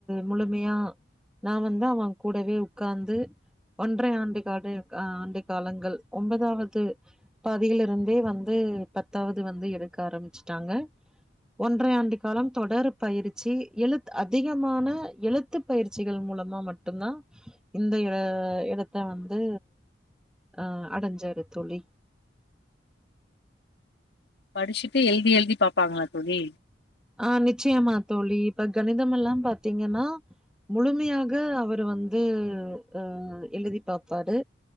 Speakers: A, in the centre; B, on the left.
A: முழுமையா நான் வந்து அவன் கூடவே உட்கார்ந்து ஒன்றரை ஆண்டு காடு ஆஹ் ஆண்ட காலங்கள் ஒன்பதாவது பாதியில இருந்தே வந்து பத்தாவது வந்து எடுக்க ஆரம்பிச்சுட்டாங்க ஒன்றைய ஆண்டு காலம் தொடர பயிற்சி எழுத்து அதிகமான எழுத்து பயிற்சிகள் மூலமா மட்டும்தான் இந்த இடத்த வந்து அஹ் அடஞ்சாரு தோழி
B: படிச்சிட்டு எழுதி எழுதி பாப்பாங்களா தோழி
A: ஆஹ் நிச்சயமா தோழி இப்ப கணிதம் எல்லாம் பாரத்தீங்கன்னா முழுமையாக அவரு வந்து அஹ் எழுதி பார்ப்பாரு